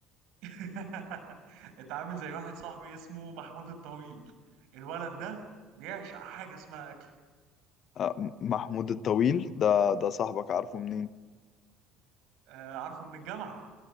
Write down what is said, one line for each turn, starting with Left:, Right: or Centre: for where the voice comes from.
Right: <laughs> انت عامل زي واحد صاحبي اسمه محمود الطويل الولد ده بيعشق حاجه اسمها اكل
Left: آه، م- محمود الطويل ده ده صاحبك عارفه منين
Right: آه عارفه من الجامعه